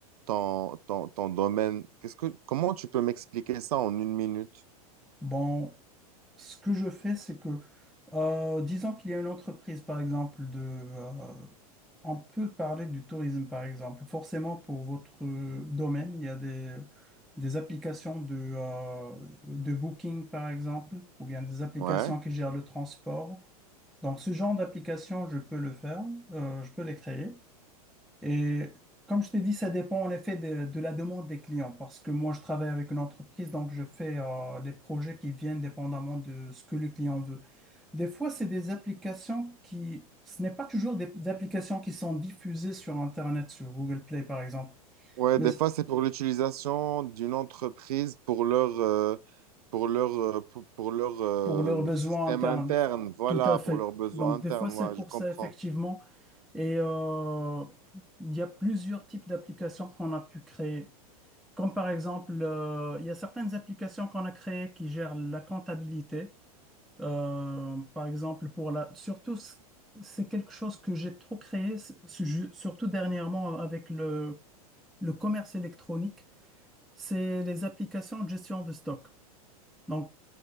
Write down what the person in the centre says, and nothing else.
Bon, ce que je fais, c'est que, euh, disons qu'il y a une entreprise, par exemple, de, euh, on peut parler du tourisme, par exemple. Forcément, pour votre euh, domaine, il y a des, des applications de, euh, de booking, par exemple, ou bien des applications
qui gèrent le transport. Donc, ce genre d'application, je peux le faire, euh, je peux les créer. Et comme je t'ai dit, ça dépend en effet de, de la demande des clients parce que moi, je travaille avec une entreprise, donc je fais euh, les projets qui viennent dépendamment de ce que le client veut. Des fois, c'est des applications qui, ce n'est pas toujours des, des applications qui sont diffusées sur Internet, sur Google Play par exemple,
mais
pour leurs besoins
internes.
Tout à fait.
Donc,
des fois, c'est
pour
ça, effectivement. Et euh, il y a plusieurs types d'applications qu'on a pu créer. Comme par exemple, euh, il y a certaines applications qu'on a créées qui gèrent la comptabilité. Euh, par exemple, pour la, surtout, c- c'est quelque chose que j'ai trop créé, c- su- surtout dernièrement avec le, le commerce électronique, c'est les applications de gestion de stock. Donc,